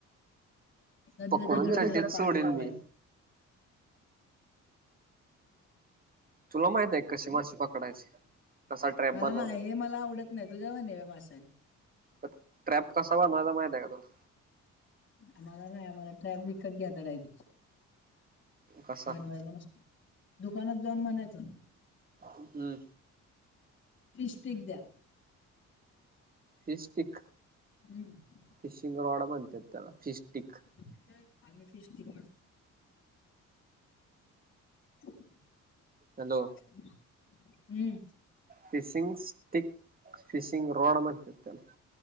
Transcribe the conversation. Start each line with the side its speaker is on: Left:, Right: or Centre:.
Left: नदीला
Right: पकडून
Left: केकडंच
Right: चड्डीत
Left: नाहीत
Right: सोडीन
Left: पाणी एवढं
Right: मी
Left: आहे.
Right: तुला माहिताय काय कशी माशी पकडायची. कसा ट्रॅप
Left: मला
Right: बनवायचा
Left: नाही हे मला आवडत नाही, तुझ्याव न न म असंय.
Right: प ट्रॅप कसा बनवायचा माहित आहे का तुला?
Left: आम्हाला नाही, आम्हाला ट्रॅप विकत घ्यायता डायरेक्ट.
Right: कसा
Left: बनवायला नसतो, दुकानच जाऊन म्हनायचं
Right: हम्म
Left: फिशस्टिक द्या.
Right: हे स्टिक
Left: हम्म
Right: फिशिंग रॉड म्हणत्यात त्याला,, फिश्टिक.
Left: का आम्ही फिशटिक <unintelligible>
Right: हॅलो!
Left: हम्म.
Right: फिशिंग स्टिक, फिशिंग रॉड म्हणत्यात त्याला.